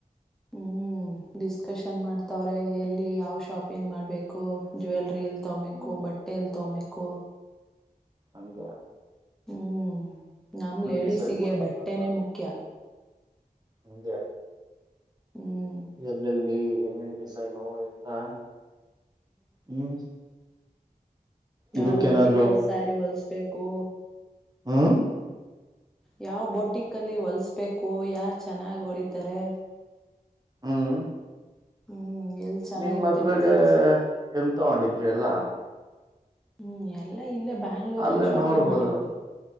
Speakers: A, in the centre; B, on the right (about 25°).
A: ಹ್ಮ್ ಡಿಸ್ಕಷನ್ ಮಾಡ್ತವ್ರೆ ಎಲ್ಲಿ ಯಾವ್ ಶಾಪಿಂಗ್ ಮಾಡ್ಬೇಕು ಜುವೆಲ್ರಿ ಎಲ್ ತೊ ಮೇಕು
B: ಹ್ಮ್
A: ಬಟ್ಟೆ ಎಲ್ ತೋ ಮೇಕ್ ಕೊ
B: ಅಂಗೆ
A: ಹ್ಮ್ ನಮ್ ಲೇಡೀಸಿಗೆ
B: ಡಿಸೈಡ್ ಮಾಡಿದ್ದೀರಮ್ಮ
A: ಬಟ್ಟೆನೇ ಮುಖ್ಯ.
B: ಹಂಗೆ
A: ಹ್ಮ್
B: ಎಲ್ಲೆಲ್ಲಿ, ಏನೇನ್ ಡಿಸೈನ್ ಎತ್ತಾ ಹ್ಮ್
A: ಯಾವ್
B: ಇದಕ್ಕೇನಾದ್ರು
A: ಬೋಟಿಕ್ಕಲ್ ಸಾರಿ ಹೊಲ್ಸ್ಬೇಕು?
B: ಹ್ಮ
A: ಯಾವ ಬೋಟಿಕ್ಕಲ್ಲಿ ಹೊಲಸ್ಬೇಕೋ ಯಾರ್ು ಚೆನ್ನಾಗಾ ಗಿ ಹೊಲಿತಾರೆ
B: ಹ್ಮ್
A: ಹ್ಮ್ ಎಲ್ ಚೆನ್ನಾಗಿರುತ್ತೆ
B: ನಿನ್ ಮದ್ವೆಗಾ
A: ಡಿಸೈನ್ಸ್
B: ಎಲ್ ತಗೊಂಡಿದ್ರಿ ಏಲ್ಲಾ
A: ಹ್ಮ್ ಎಲ್ಲ ಇಲ್ಲೇ ಬ್ಯಾಂಗ್ಳೂರಲ್ಲೆ
B: ಅಲ್ಲೇ
A: ಶಾಪಿಂಗ್
B: ನೋಡ್ಬೋದು
A: ಮಾಡಿದ್ದು